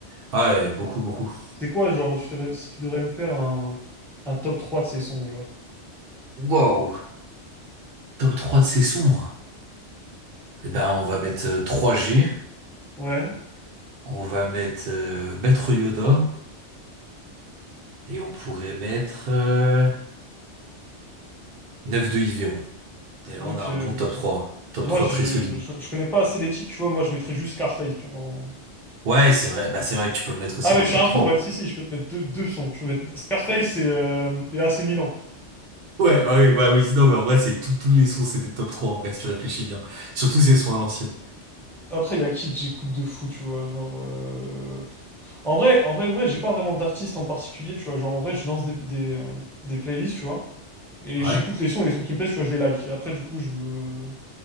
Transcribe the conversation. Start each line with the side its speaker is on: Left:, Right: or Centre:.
Right: Ah Ouais, beaucoup, beaucoup.
Centre: C'est quoi, genre, si tu devrais, si tu devrais me faire un, un top 3 de ses sons, genre?
Right: Wow. Top 3 de ses sons. Eh ben, on va mettre euh, 3G.
Centre: Ouais.
Right: On va mettre euh, Maître Yoda. Et on pourrait mettre euh, 9 de Yveron. Et là,
Centre: Donc,
Right: on a un
Centre: euh,
Right: bon top 3. Top
Centre: moi,
Right: 3
Centre: je,
Right: très solide.
Centre: je, je connais pas assez les titres, tu vois. Moi, je mettrais juste Scarface, tu vois. en-
Right: Ouais, c'est vrai. Bah, c'est vrai que tu peux le mettre aussi
Centre: Ah mais
Right: dans
Centre: je
Right: le
Centre: suis
Right: top
Centre: un
Right: 3.
Centre: fou en fait, si si, je peux te mettre deux, deux sons. Je peux mettre Scarface et, euh, et AC Milan.
Right: Ouais, ah oui, bah oui, non, mais en vrai, c'est tout- tous les sons, c'est des top 3 en vrai, si tu réfléchis bien. Surtout ces sons à l'ancienne.
Centre: Après, il y a qui que j'écoute de fou, tu vois, genre... euh, En vrai, en vrai de vrai, j'ai pas vraiment d'artiste en particulier, tu vois, genre en vrai, je lance des, des, euh, des playlists, tu vois, et
Right: Ouais.
Centre: j'écoute les sons et les sons qui me plaisent, tu vois, je les like. Et après, du coup, je... veux-